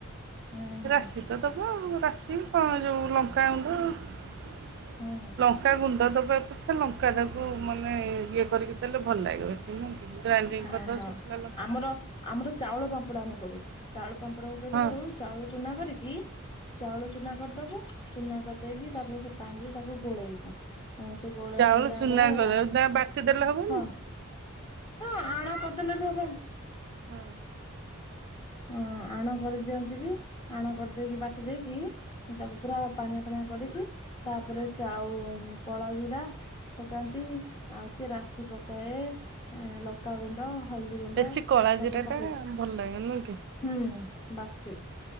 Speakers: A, on the left; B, on the right.
A: ହୁଁ ହୁଁ
B: ରାଶି ତ ଦବ ଆଉ, ରାଶି କଣ ଯୋଉ ଲଙ୍କା ଗଣ୍ଡ ଆ
A: ହୁଁ
B: ଲଙ୍କା ଗୁଣ୍ଡ ଦ ବା କଥା ଲଙ୍କାଟାକୁ ମାନେ ଇଏ କରିକି ଦେଲେ ଭଲ ଲାଗେ ବେଶି। ଗ୍ରାଇଣ୍ଡିଂ
A: ହଁ
B: କରିଦବ
A: ହଁ
B: ଶୁଖିଲା ଲଙ୍କାଟା।
A: ଆମର ଆମର ଚାଉଳ ପାମ୍ପଡ ଆମେ କରୁ। ଚାଉଳ ପାମ୍ପଡା କୁ କେମତି
B: ହଁ
A: କରୁ ଚାଉଳ ଚୁନା କରିକି ଚାଉଳ ଚୁନା କରିଦବୁ ଚୁନା କରିଦେଇକି ତାପରେ ସେ ପାଣି ରେ ତାକୁ ଗୋଳେଇବୁ। ଉ ସେ ଗୋଳିଆ
B: ଚାଉଳ
A: ହେଲା
B: ଚୁନା
A: ବଳେ
B: କର
A: ତା
B: ବାଟି ଦେଲେ ହବନି?
A: ହଁ ହଁ ଆଣ କରିଦେଲେ ବି ହେବ।
B: ହଁ
A: ହଁ ଆଣ କରିଦିଅନ୍ତି ବି। ଆଣ କରିଦେଇକି ବାଟି ଦେଇକି ତାକୁ ପୁରା ପାଣିଆ ପାଣିଆ କରିକି ତାପରେ ଚାଉ କଳା ଜିରା ପକାନ୍ତି ଆଉ କିଏ ରାଶି ପକାଏ ଏଁ ଲ ଲଙ୍କା ଗୁଣ୍ଡ, ହଳଦୀ ଗୁଣ୍ଡ
B: ବେଶୀ କଳା
A: ସବୁ
B: ଜିରା
A: ପକେଇକି।
B: ଟା ଭଲ ଲାଗେ ନୁହଁ କି?
A: ହୁଁ ବାସେ